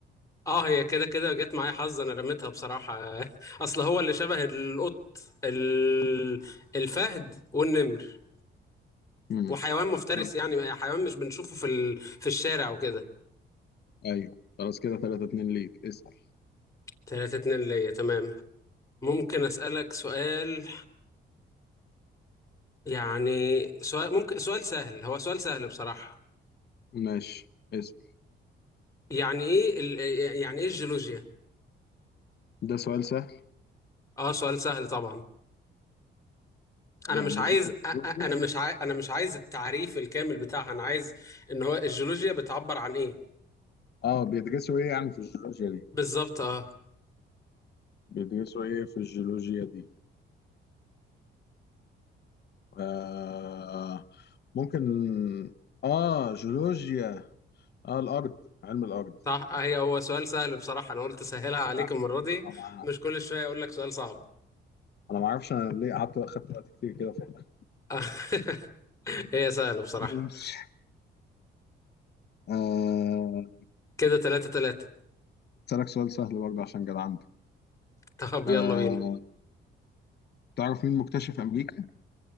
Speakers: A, on the left; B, on the left.
A: اه هي كده كده جت معايا حظ انا رميتها بصراحة <laughs> اصل هو اللي شبه القط ال... الفهد والنمر
B: امم
A: وحيوان مفترس
B: طب
A: يعني حيوان مش بنشوفه في ال... في الشارع وكده
B: ايوه خلاص كده 3 2 ليك اسال
A: تلاتة اتنين ليا تمام ممكن اسألك سؤال يعني سؤال ممكن سؤال سهل هو سؤال سهل بصراحة
B: ماشي اسال
A: يعني ايه ال... يعني ايه الجيولوجيا
B: ده سؤال سهل
A: اه سؤال سهل طبعا
B: يعني
A: انا مش عايز
B: ج-
A: أ...
B: جيولوجيا
A: أ- انا مش عاي... انا مش عايز التعريف الكامل بتاعها انا عايز ان هو الجيولوجيا بتعبر عن ايه
B: اه بيدرسوا ايه يعني في الجيولوجيا دي
A: بالظبط اه
B: بيدرسوا ايه في الجيولوجيا دي آه ممكن اه جيولوجيا اه الارض علم الارض
A: صح آه، هي هو سؤال سهل بصراحة انا قلت اسهلها عليك
B: صح
A: المرة دي
B: انا ما
A: مش كل شوية اقول لك سؤال صعب
B: انا ما اعرفش انا ليه قعدت اخدت وقت كتير كده افكر
A: آه. <laughs> هي سهلة بصراحة
B: ماشي آه،
A: كده تلاتة تلاتة
B: اسالك سؤال سهل برضه عشان جدعنت
A: طب
B: آه
A: يلا بينا
B: تعرف مين مكتشف امريكا